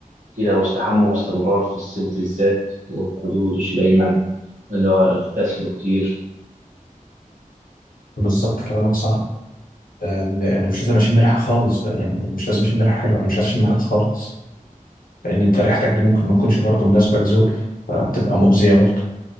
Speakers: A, on the right (about 70°); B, on the left (about 80°).
A: كده واستحموا باستمرار في الصيف بالذات وخدوا دش دايما اللي هو اغتسلوا كتير
B: بالظبط كلامك صح آه، أنا مش لازم أشم ريحة خالص بقى يعني مش لازم أشم ريحة حلوة أنا مش عايز أشم حاجة خالص لأن أنت ريحتك دي ممكن ما تكونش برضه مناسبة لذوقي فبتبقى مؤذية برضه